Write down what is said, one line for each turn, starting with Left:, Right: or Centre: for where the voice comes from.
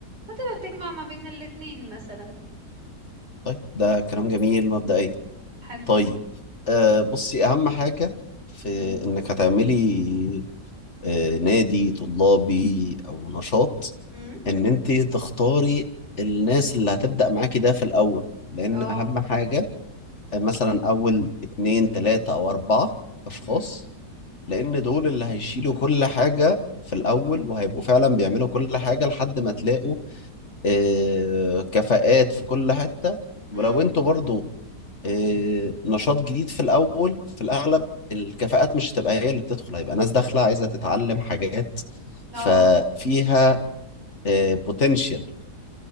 Right: فتبقى بتجمع ما بين الاتنين مثلا
Left: طيب ده كلام جميل مبدئيا
Right: حلو
Left: طيب آه بصي اهم حاجة في
Right: <laughs> مم.
Left: انك هتعملي آه نادي طلابي او نشاط
Right: مم.
Left: ان انت تختاري الناس اللي هتبدأ معاكي ده في الاول لان
Right: اه
Left: اهم حاجة آه، مثلا اول اتنين تلاتة او اربعة اشخاص
Right: مم.
Left: لان دول اللي هيشيلوا كل حاجة في الاول وهيبقوا فعلا بيعملوا كل حاجة لحد ما تلاقوا آه، كفاءات في كل حتة
Right: مم.
Left: ولو انتوا برضو آه، نشاط جديد في الاول في الاغلب الكفاءات مش هتبقى هي اللي بتدخل هيبقى ناس داخلة عايزة تتعلم حاجات
Right: اه
Left: ففيها بوتنشال